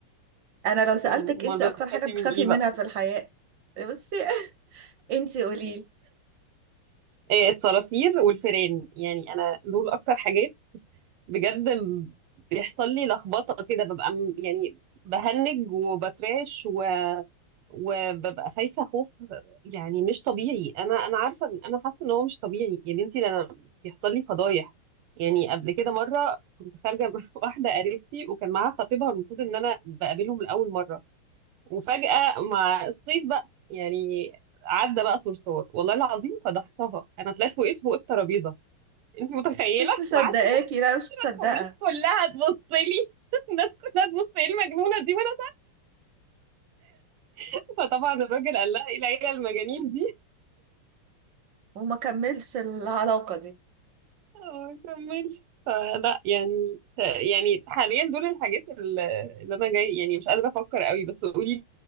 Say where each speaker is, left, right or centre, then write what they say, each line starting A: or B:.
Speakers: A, on the right; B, on the right.
A: انا لو سألتك
B: أمال
A: انت اكتر
B: بتخافي
A: حاجة بتخافي
B: من إيه
A: منها
B: بقى؟
A: في الحياة بصي <laughs> انت قوليلي
B: إيه الصراصير والفئران يعني أنا دول أكتر حاجات بجد بيحصل لي لخبطة كده ببقى م- يعني بهنج وبترعش و... وببقى خايفة خوف يعني مش طبيعي أنا أنا عارفة إن- أنا حاسة إن هو مش طبيعي يا بنتي ده أنا بيحصل لي فضايح يعني قبل كده مرة كنت خارجة مع <laughs> واحدة قريبتي وكان معاها خطيبها والمفروض إن أنا بقابلهم لأول مرة وفجأة مع الصيف بقى يعني عدى بقى صرصار والله العظيم فضحتها أنا طلعت وقفت فوق الترابيزة أنت متخيلة
A: مش مصدقاكي
B: وقعدت
A: لا مش مصدقة
B: والناس كلها تبص لي <laughs> الناس كلها تبص ايه المجنونه دي وانا ساكته فطبعا الراجل قال لها ايه العيله المجانين دي <laughs>
A: وما كملش العلاقة دي
B: وما كملش فلا يعني يعني حاليا دول الحاجات ال- اللي انا جاي يعني مش قادره افكر قوي بس قولي